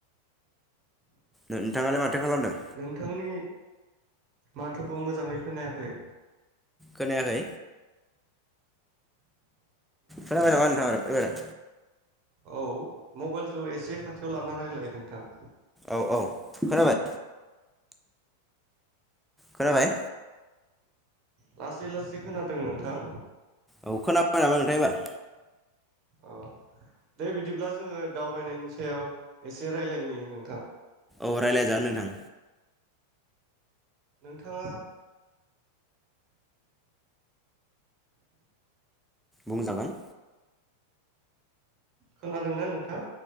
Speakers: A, in the centre; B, on the right.
A: नोंथाङालाय माथो खालामदों?
B: नोंथांनि माथोखौ मोजाङै खोनायाखै।
A: खोनायाखै? खोनाबाय नामा नोंथां एबारो?
B: औ मबाइलखौ एसे खाथियाव लानानै रायलाय नोंथां।
A: औ औ खोनाबाय खोनाबाय?
B: लासै लासै खोनादों नोंथां।
A: औ खोनाबाय नामा नोंथां एबार?
B: अ दे बिदिब्ला जोङो दावबायनायनि सायाव एसे रायलायनि नोंथां।
A: औ रायलायजागोन नोंथां।
B: नोंथाङा
A: बुंजागोन।
B: खोनादोंना नोंथां?